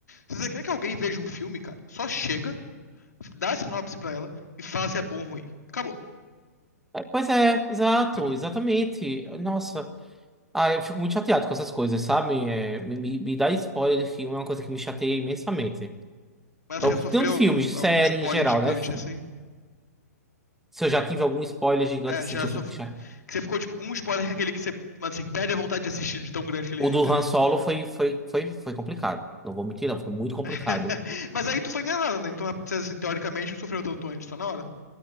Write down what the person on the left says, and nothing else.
Se você quer que alguém veja um filme, cara, só chega, dá a sinopse pra ela e fala se é bom ou ruim. Acabou,
entendeu?
Mas
você já sofreu
algum,
algum spoiler
gigante
assim?
É,
já
sofreu.
você ficou, tipo, um spoiler que é aquele que você, assim, perde a vontade de assistir, de tão grande que ele
é,
entendeu?
<laughs> Mas aí tu foi enganado, né? Então, é, assim, teoricamente, não sofreu tanto antes, tá na hora?